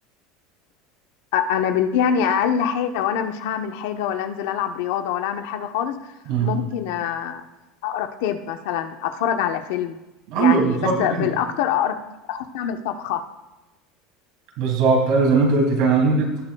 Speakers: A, on the left; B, on the right.
A: أ- انا بال- يعني اقل حاجه وانا مش هعمل حاجه ولا انزل العب رياضه ولا اعمل حاجه خالص
B: مم.
A: ممكن آه، اقرا كتاب مثلا اتفرج على فيلم
B: ايوه
A: يعني
B: بالظبط
A: بس بالاكتر
B: كده
A: اقرا كتاب اخش اعمل طبخه
B: بالظبط ايوه زي ما انت قلت فعلا